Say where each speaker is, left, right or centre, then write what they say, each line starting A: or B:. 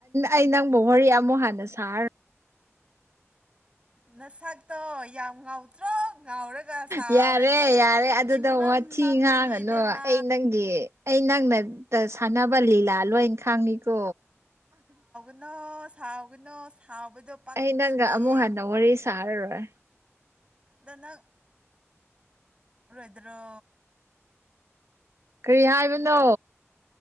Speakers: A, on the right (about 65°); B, on the right (about 20°).
A: ꯑꯩ ꯅꯪꯕꯨ ꯋꯥꯔꯤ ꯑꯃꯨꯛ ꯍꯥꯟꯅ ꯁꯥꯔ
B: ꯅꯁꯥꯛꯇꯣ ꯌꯥꯝ ꯉꯥꯎꯗ꯭ꯔꯣ ꯉꯥꯎꯔꯒ ꯁꯥꯎꯔꯗꯤ
A: ꯌꯥꯔꯦ ꯌꯥꯔꯦ ꯑꯗꯨꯗ
B: ꯏꯃꯝꯃꯝꯔꯅꯤ
A: ꯋꯥꯊꯤ ꯉꯥꯡꯉꯅꯨ
B: ꯏꯕꯦꯃꯥ
A: ꯑꯩ ꯅꯪꯒꯤ ꯑꯩ ꯅꯪꯅ ꯁꯥꯟꯅꯕ ꯂꯤꯂꯥ ꯂꯣꯏ ꯈꯪꯉꯤꯀꯣ
B: ꯅꯣ ꯁꯥꯎꯒꯅꯣ ꯁꯥꯎꯕꯗꯣ ꯄꯛꯇꯗꯦ
A: ꯑꯩ ꯅꯪꯒ ꯑꯃꯨꯛ ꯍꯟꯅ ꯋꯥꯔꯤ ꯁꯥꯔꯔꯣꯏ
B: ꯗꯅꯪ ꯔꯣꯏꯗꯔꯣ
A: ꯀꯔꯤ ꯍꯥꯏꯕꯅꯣ